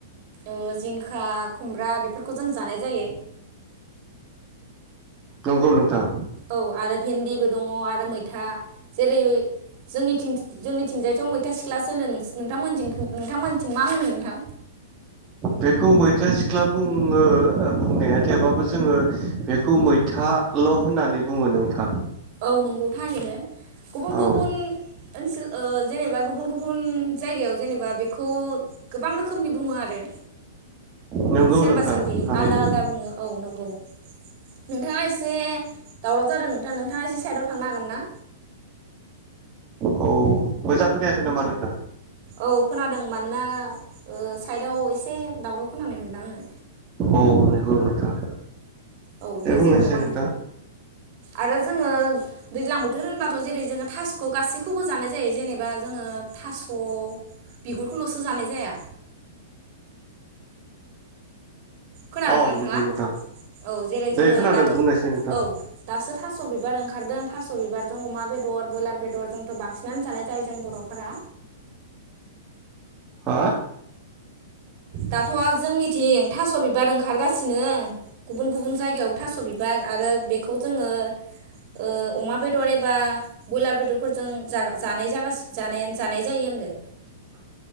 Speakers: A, on the right (about 40°); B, on the right (about 20°).
A: ओ जिंखा खुमब्रा बेफोरखौ जों जानाय जायो
B: नंगौ नोंथां
A: औ आरो भेन्दिबो दङ' आरो मैथा जेरै जोंनिथिं-जोंनिथिंजायथ' मैथा सिख्लासो होनो नोंथांमोनथि-नोंथांमोनथिं मा होनो नोंथां?
B: बेखौ मैथा सिख्ला बुङो बुंनाया थेबाबो जोङो बेखौ मैथाल' होननानै बुङो नोंथां
A: औ नंगौ थारैनो गुबुन
B: औ
A: गुबुन ओनसोल ओ जेनेबा गुबुन गुबुन जायगायाव जेनेबा बेखौ गोबां रोखोमनि बुङो आरो
B: नंगौ
A: सोरबा
B: नोंथां
A: सोरबि
B: थारैनो
A: आलदा आलादा बुङो औ नंगौ नोंथाङा एसे दावराव जादों नोंथाङा नों नोंथाङा एसे साइदाव थांनो हागोनना?
B: औ मोजां खोनायाखै नामा नोंथां?
A: औ खोनादों मानोना ओ साइदाव एसे दावराव खोनानाय मोनदों आङो
B: औ नंगौ नोंथां
A: औ
B: दे बुंनायसाय
A: जेबो नङा
B: नोंथां
A: आरो जोङो दैज्लां बोथोर होनबाथ' जेरै जोङो थास'खौ गासैखौबो जानाय जायो जेनेबा जोङो थास' बिगुरखौल'सो जानाय जाया खोनादोंना
B: औ
A: नोंथाङा?
B: नंगौ नोंथां
A: औ जेरै जोङो
B: दे खोनादों
A: दाथ'
B: बुंनायसाय नोंथां
A: औ दासो थास' बिबार ओंखारदों थास' बिबारजों अमा बेदर ब्रयलार बेदर जोंथ' बांसिनानो जानाय जायो जों बर'फोरा।
B: हो।
A: दाथ' जोंनिथिं थास' बिबार ओंखारगासिनो गुबुन गुबुन जायगायाव थास' बिबार आरो बेखौ जोङो ओ अमा बेदर एबा ब्रयलार बेदरफोरजों जा-जानाय जागा जानायानो जायो होनदों।